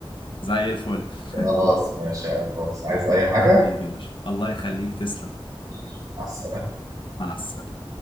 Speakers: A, on the left; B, on the right.
A: زي الفل <laughs>
B: خلاص ماشي يا عم عايز اي حاجة
A: حبيبي يا باشا الله يخليك تسلم
B: ماشي مع السلامة
A: مع السلامة